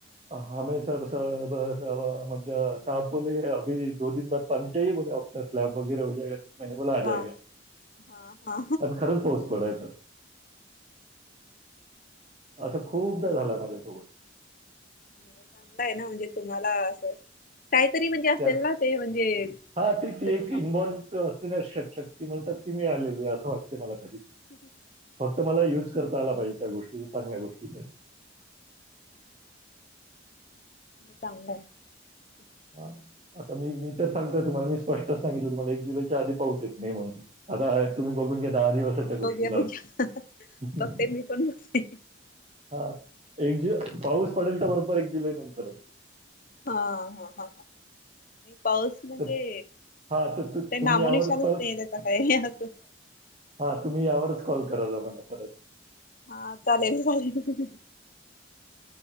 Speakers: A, on the right; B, on the left.
A: हा मैं सब सब सब म्हणजे साब बोलले अभी एक दो दिन बाद पाणी चाहिए बोलले तो आमचा स्लॅप वैगेरा हो जायेगा मैंने बोला आ‌
B: हा
A: जायेगा
B: हा हा
A: आणि खरंच पाऊस पडायचा असं खूपदा झालं माझ्यासोबत
B: चांगलं आहे ना म्हणजे तुम्हाला असं काहीतरी म्हणजे असेल
A: त्यात
B: ना ते म्हणजे
A: हा ती ती
B: जस
A: एक
B: समजत
A: इन बॉर्न असते ना शक्ती म्हणतात ती मिळालेली आहे असं वाटते मला कधी
B: हम्
A: फक्त मला युज करता आला पाहिजे त्या गोष्टीचा चांगल्या गोष्टीसाठी
B: चांगलं आहे
A: हा आता मी मी तर सांगतोय तुम्हाला मी स्पष्टच सांगितलं तुम्हाला एक जुलैच्या आधी पाऊस येत नाही म्हणून आता तुम्ही बघून घ्या दहा दिवस आहेत त्या गोष्टीला
B: बघूया बघूया
A: अजून
B: बघते मी पण बघते
A: हा एक जुन पाऊस पडेल तर बरोबर एक जुलै नंतरच
B: हा हा हा पाऊस म्हणजे
A: तर हां, तर तु
B: काय नामोनिशानच
A: तुम्ही यावरच
B: नाहीये त्याचा काय असं
A: हा तुम्ही यावरच कॉल करायचा मला परत
B: हा चालेल चालेल